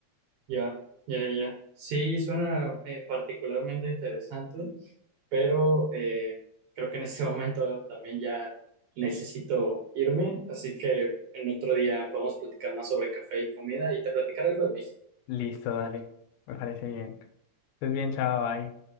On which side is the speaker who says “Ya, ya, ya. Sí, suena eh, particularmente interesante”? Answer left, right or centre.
Right